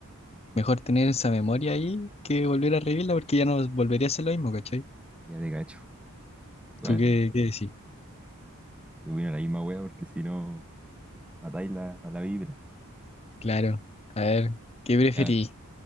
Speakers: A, on the left; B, in the centre.
A: Mejor tener esa memoria ahí que volver a revivirla porque ya no volvería a ser lo mismo, ¿cachai?
B: Ya te cacho. Igual,
A: ¿Tú qué, qué decís?
B: te opino la misma wea, porque si no, matáis la, a la vibra.
A: Claro. A ver, ¿qué preferís?
B: Ya,